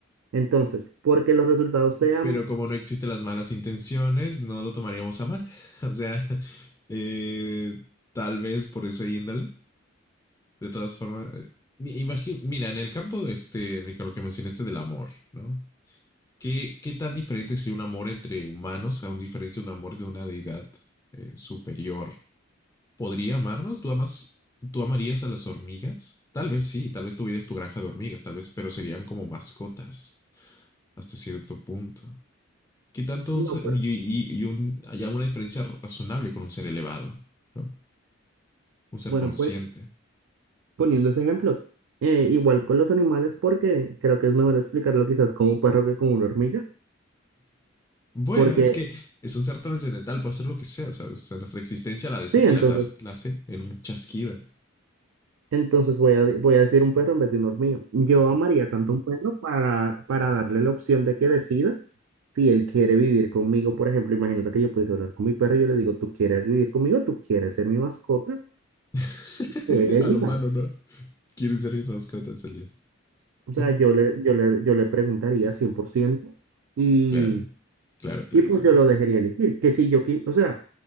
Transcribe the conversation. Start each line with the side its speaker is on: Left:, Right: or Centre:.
Right: Entonces, porque los resultados sean,
Left: pero como no existen las malas intenciones, no lo tomaríamos a mal. <laughs> O sea, eh, tal vez por ese índole. De todas formas, eh, imagi- mira, en el campo de este, en el que lo que mencionaste del amor, ¿no? ¿Qué, qué tan diferente sería un amor entre humanos a un diferencia de un amor de una deidad eh, superior? ¿Podría amarnos? ¿Tú amas, tú amarías a las hormigas? Tal vez sí, tal vez tuvieras tu granja de hormigas, tal vez, pero serían como mascotas hasta cierto punto. ¿Qué tanto
Right: no,
Left: un ser-
Right: bueno,
Left: y, y- y un- hay alguna diferencia razonable con un ser elevado, ¿no? Un ser
Right: bueno,
Left: consciente.
Right: pues poniendo ese ejemplo. Eh, igual con los animales, porque creo que es mejor explicarlo quizás con un perro que con una hormiga,
Left: Bueno,
Right: porque
Left: es que es un ser trascendental, puede hacer lo que sea, ¿sabes? O sea, nuestra existencia la deshace
Right: sí, entonces,
Left: y la, sa- la hace en un chasquido.
Right: entonces voy a, voy a decir un perro en vez de una hormiga. Yo amaría tanto un perro para, para darle la opción de que decida si él quiere vivir conmigo. Por ejemplo, imagínate que yo pudiese hablar con mi perro y yo le digo, ¿tú quieres vivir conmigo? ¿Tú quieres ser mi mascota?
Left: <laughs>
Right: Que él elija.
Left: Al humano, ¿no? Quieren ser mis mascotas el día.
Right: O sea,
Left: <laughs>
Right: yo le, yo le, yo le preguntaría 100% y...
Left: claro, claro, claro,
Right: Y pues
Left: claro.
Right: yo lo dejaría elegir, que si yo, qui- o sea,